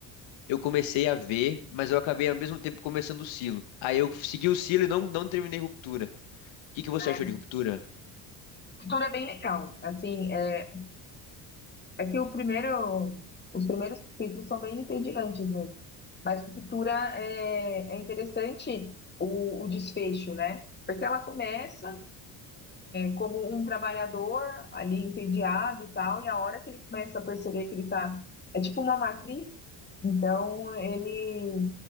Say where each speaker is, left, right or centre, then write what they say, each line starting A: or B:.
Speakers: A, on the left; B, on the left.
A: Eu comecei a ver, mas eu acabei ao mesmo tempo começando o Silo. Aí eu segui o Silo e não, não terminei Ruptura. O que que você
B: É.
A: achou de Ruptura? <laughs>
B: Tura é bem legal. Assim, é, é que o primeiro, os primeiros capítulos são bem entediantes mesmo. Mas Ruptura é, é interessante o, o desfecho, né? Porque ela começa como um trabalhador ali entediado e tal, e a hora que ele começa a perceber que ele tá, é tipo uma matriz, então ele,